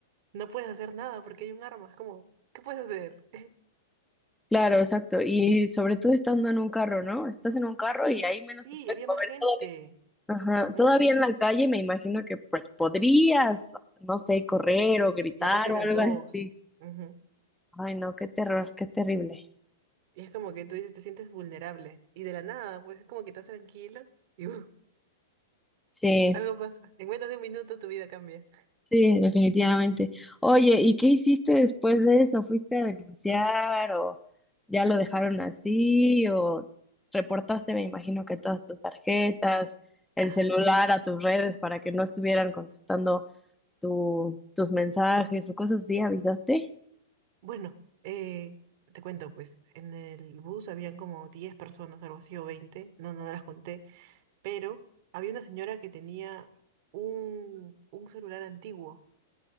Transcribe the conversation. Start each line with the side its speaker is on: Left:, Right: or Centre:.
Right: no puedes hacer nada porque hay un arma, es como, ¿qué puedes hacer? <laughs>
Centre: Claro, exacto. Y sobre todo estando en un carro, ¿no? Estás en un carro y ahí menos
Right: Sí,
Centre: te puedes
Right: había
Centre: mover
Right: más gente.
Centre: todavía. Ajá.
Right: ujú,
Centre: Todavía en la calle me imagino que pues podrías, no sé, correr o gritar
Right: Y aparte eran
Centre: o algo
Right: dos.
Centre: así.
Right: ujú,
Centre: Ay, no, qué terror, qué terrible.
Right: Y es como que tú dices, te sientes vulnerable. Y de la nada, pues es como que estás tranquila y uh,
Centre: Sí.
Right: algo pasa. En menos de un minuto tu vida cambia.
Centre: Sí, definitivamente. Oye, ¿y qué hiciste después de eso? ¿Fuiste a denunciar o ya lo dejaron así o reportaste, me imagino que todas tus tarjetas, el
Right: Ajá.
Centre: celular a tus redes para que no estuvieran contestando tu, tus mensajes o cosas así? ¿Avisaste?
Right: Bueno, eh, te cuento, pues en el bus habían como 10 personas, algo así, o 20, no, no las conté, pero había una señora que tenía un, un celular antiguo,